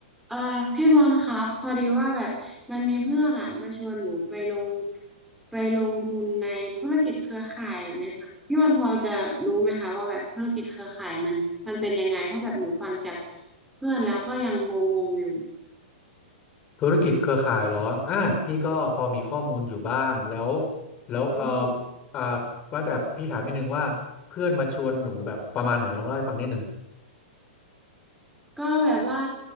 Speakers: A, in the centre; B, on the left (about 20°).
A: เอ่อพี่บอลครับพอดีว่าแบบมันมีเพื่อนอ่ะมาชวนหนูไปลงไปลงทุนในธุรกิจเครือข่ายแบบเนี้ยค่ะพี่บอลพอจะรู้ไหมคะว่าแบบธุรกิจเครือข่ายมันมันเป็นยังไงเพราะแบบหนูฟังจากเพื่อนแล้วก็ยังงงงอยู่
B: ธุรกิจเครือข่ายเหรออ่าพี่ก็พอมีข้อมูลอยู่บ้างแล้วแล้วเออ
A: อืม
B: อ่าว่าแต่พี่ถามนิดนึงว่าเพื่อนมาชวนหนูแบบประมาณไหนลองเล่าให้ฟังนิดนึง
A: ก็แบบว่า